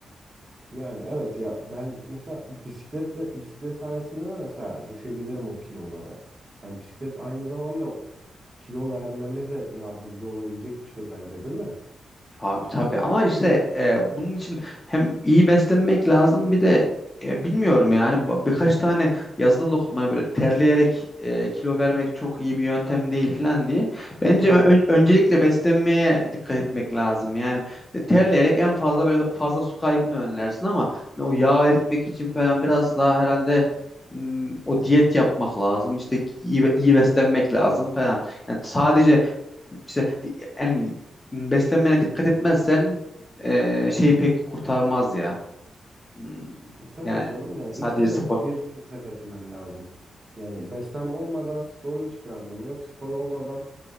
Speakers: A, on the right (about 25°); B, on the left (about 15°).
A: Yani evet ya ben mesela bisikletle bisiklet sayesinde de mesela düşebilirim o kilolara. Hani bisiklet aynı zamanda kilo vermeme de yardımcı olabilecek bir şey bence değil mi?
B: Abi tabii ama işte e, bunun için hem iyi beslenmek lazım bir de e, bilmiyorum yani ba- birkaç tane yazıda da okudum hani böyle terleyerek e, kilo vermek çok iyi bir yöntem değil falan diye. Bence
A: Hmm.
B: ö- ön- öncelikle beslenmeye dikkat etmek lazım. Yani e, terleyerek en fazla böyle fazla su kaybını önlersin ama hani o yağ eritmek için falan biraz daha herhalde m, o diyet yapmak lazım. İşte iyi, iyi beslenmek lazım falan. Yani sadece işte di- yani beslenmene dikkat etmezsen e, şeyi pek kurtarmaz ya. Hmm,
A: E, Tabii
B: Yani
A: canım yani
B: sadece
A: ikisine
B: spor.
A: bir dikkat etmen lazım. Yani beslenme olmadan sporun hiçbir anlamı yok. Spor olmadan